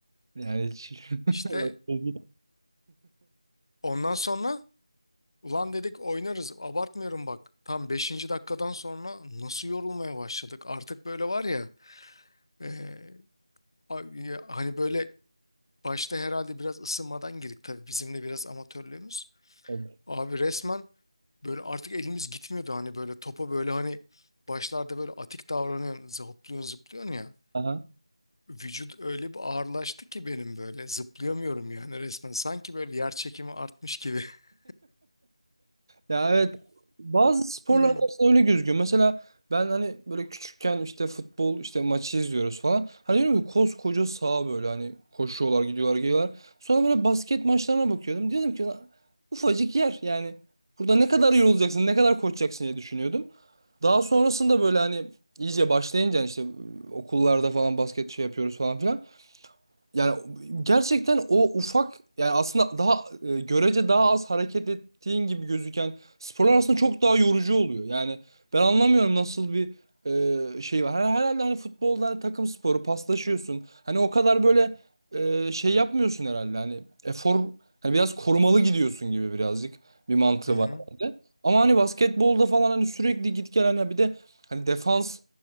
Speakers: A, on the right; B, on the left.
A: Yani hiç.
B: İşte
A: <laughs>
B: ondan sonra Ulan dedik oynarız. Abartmıyorum bak. Tam beşinci dakikadan sonra nasıl yorulmaya başladık. Artık böyle var ya. e, a- ya hani böyle başta herhalde biraz ısınmadan girdik tabii. Bizim de biraz amatörlüğümüz.
A: Tabii.
B: Abi resmen böyle artık elimiz gitmiyordu. Hani böyle topa böyle hani başlarda böyle atik davranıyorsun. Zıplıyorsun zıplıyorsun ya.
A: Aha.
B: Vücut öyle bir ağırlaştı ki benim böyle. Zıplayamıyorum yani resmen. Sanki böyle yer çekimi artmış gibi. <laughs>
A: Ya evet bazı sporlarda
B: Hmm.
A: aslında öyle gözüküyor. Mesela ben hani böyle küçükken işte futbol işte maçı izliyoruz falan. Hani diyorum ki koskoca saha böyle hani koşuyorlar gidiyorlar geliyorlar. Sonra böyle basket maçlarına bakıyordum. Diyordum ki "Lan ufacık yer yani burada ne kadar yorulacaksın ne kadar koşacaksın diye düşünüyordum. Daha sonrasında böyle hani iyice başlayınca hani işte okullarda falan basket şey yapıyoruz falan filan. Yani gerçekten o ufak yani aslında daha e, görece daha az hareket ettiğin gibi gözüken sporlar aslında çok daha yorucu oluyor. Yani ben anlamıyorum nasıl bir e, şey var. Her- Herhalde hani futbolda hani takım sporu paslaşıyorsun. Hani o kadar böyle e, şey yapmıyorsun herhalde. Hani efor hani biraz korumalı gidiyorsun gibi birazcık bir mantığı
B: Hı hı.
A: var bende. Ama hani basketbolda falan hani sürekli git gel hani bir de hani defans